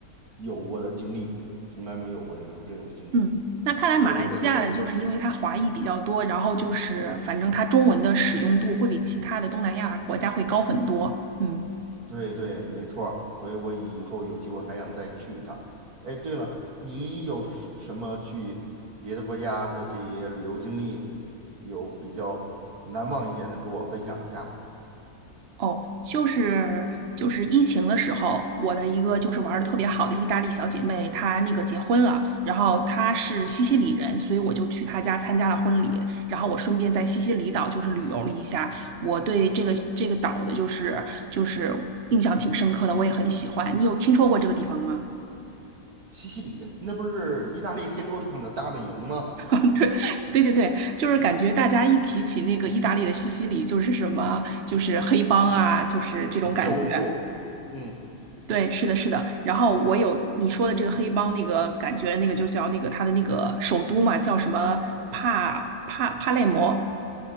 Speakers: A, on the right; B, on the right.
A: 有过的经历，从来没有过这种这种经历。
B: 嗯，那看来马来西亚的就是因为它华裔比较多，
A: 所以我觉得
B: 然后就是反正它中文的使用度会比其他的东南亚国家会高很多。嗯，
A: 对对，没错儿。所以我以后有机会还想再去一趟。哎，对了，你有什什么去别的国家的这些旅游经历，有比较难忘一点的，给我分享一下？
B: 哦，就是就是疫情的时候，我的一个就是玩的特别好的意大利小姐妹，她那个结婚了，然后她是西西里人，所以我就去她家参加了婚礼，然后我顺便在西西里岛就是旅游了一下，我对这个这个岛的就是就是印象挺深刻的，我也很喜欢。你有听说过这个地方吗？
A: 西西里那不是意大利黑手党的大本营吗？
B: <laughs> 对对对，就是感觉大家一提起那个意大利的西西里，就是什么就是黑帮啊，就是这种感觉。
A: <laughs> 教父，嗯
B: 对，是的，是的。然后我有你说的这个黑帮那个感觉，那个就叫那个他的那个首都嘛，叫什么帕帕帕累摩，